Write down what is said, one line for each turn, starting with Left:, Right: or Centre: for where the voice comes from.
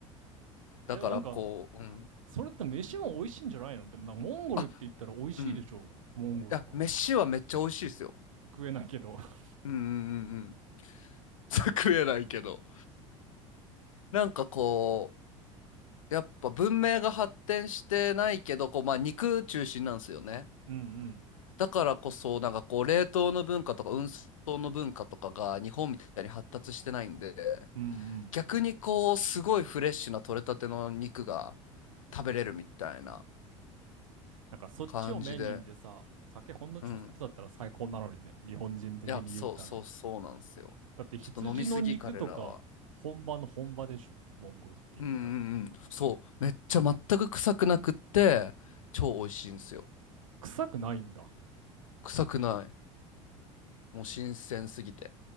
Right: <laughs>
Left: だからこううん
Right: でもなんか、それって飯も美味しいんじゃないのでもなんかモンゴルって言ったら美味しいでしょ。
Left: あうん
Right: モンゴルは。
Left: いや飯はめっちゃ美味しいですよ
Right: 食えないけど。<laughs>
Left: うんうんうんうん <laughs> 食えないけどなんかこうやっぱ文明が発展してないけどこうまあ肉中心なんですよね
Right: うんうん。
Left: だからこそ、なんかこう、冷凍の文化とか運送の文化とかが日本みたいに発達してないんで、
Right: うんうん。
Left: 逆にこう、すごいフレッシュな取れたての肉が食べれるみたいな
Right: なんかそっちをメインでさ、
Left: 感じで、
Right: 酒ほんのちょこっとだったら最高なのにね、
Left: うん。
Right: 日本人的に言ったら。
Left: いや、そうそうそうなんですよ。
Right: だって羊の肉とか本場の本場でしょ、
Left: ちょっと飲みすぎ、彼らは。
Right: モンゴルって言ったら。
Left: うんうんうん。そう。めっちゃ全く臭くなくって、超美味しいんですよ。
Right: 臭くないんだ。
Left: 臭くない。もう新鮮すぎて。